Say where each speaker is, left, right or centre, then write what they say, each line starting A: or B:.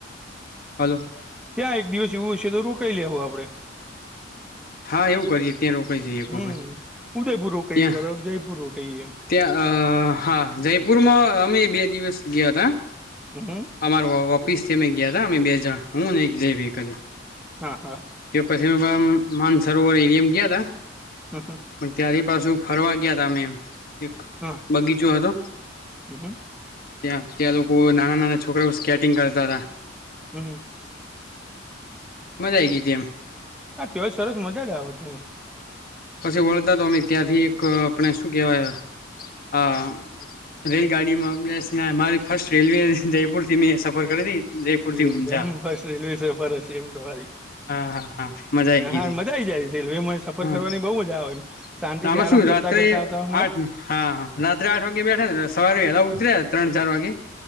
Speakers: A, on the left; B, in the centre.
A: હાલો.
B: ત્યાં એક દિવસ એવું હશે તો રોકાઈ લેહું આપડે.
A: હા એવું કરીએ ત્યાં રોકાઈ જઈએ એક
B: હમ
A: વખત
B: ઉદયપુર રોકાઈયે
A: ત્યાં
B: કા તો જયપુર રોકાઈયે.
A: ત્યાં અ હા જયપુરમાં અમે બે દિવસ ગયા તા.
B: હમ.
A: અમાર ઓ ઓફિસ થી અમે ગયા હતા અમે બે જણ હું ને એક જૈવિક કરીન.
B: હા હા.
A: તે પછી અમ માનસરોવર એરિયામ ગયા તા.
B: હમ હમ.
A: પણ ત્યારે પાછુ ફરવા ગયા તા અમેમ. એક
B: હા
A: બગીચો હતો?
B: હમ
A: ત્યાં ત્યાં લોકો નાના નાના છોકરાઓ સ્કેટિંગ કરતા હતા.
B: હમ હમ.
A: મજા આઈ ગઈ હતી એમ.
B: હા ત્યોંય સરસ મજા જ આવે ત.
A: પછી વળતા તો અમે ત્યાંથી એક આપણે શું કેહેવાય આ રેલ ગાડીમાં બેસીને મારી ફર્સ્ટ રેલવે જયપુર થી મેં સફર કરી હતી. જયપુરથી
B: એવું
A: ઊંઝા
B: છે એમ ફસ્ટ રેલવે સફર હશે એમ તમારી
A: હા હા હા મજા આવી ગઈ
B: હા
A: હતી
B: મજા આઈ જાય. રેલવે માં સફર
A: હા
B: કરવાની બઉુ મજા આવે શાંતિ
A: આમાં
B: થી આરામ
A: શું રાત્રે
B: કરતા કરતા આવતા મળે.
A: આઠ હા રાત્રે આઠ વાગે બેઠા ને સવારે વેલા ઉતર્યા ત્રણ ચાર વાગે